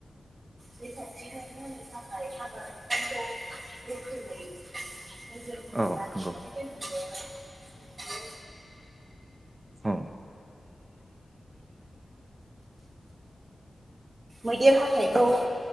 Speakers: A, on the right (about 50°); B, on the right (about 30°).
A: <unintelligible>
B: औ
A: लाखिनानै
B: नंगौ।
A: दोनदों बेवहाय जाहाथे
B: औ
A: मैदेर हाथाइखौ